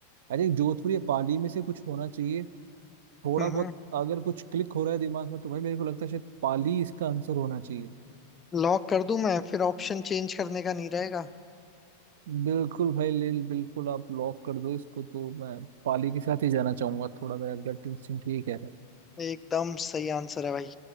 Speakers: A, on the right (about 55°); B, on the left (about 20°).
A: आई थिंक जोधपुर या पाली में से कुछ होना चाहिए थोड़ा
B: हम्म
A: बहुत अगर कुछ क्लिक हो रहा है दिमाग में तो भाई मेरे को लगता है शायद पाली इसका आंसर होना चाहिए
B: लॉक कर दूं मैं फिर ऑप्शन चेंज करने का नहीं रहेगा
A: बिल्कुल भाई लिल बिल्कुल आप लॉक कर दो इसको तो मैं पाली के साथ ही जाना चाहूंगा थोड़ा मेरा गट इंस्टिंक्ट ये कह रहा है
B: एकदम सही आंसर है भाई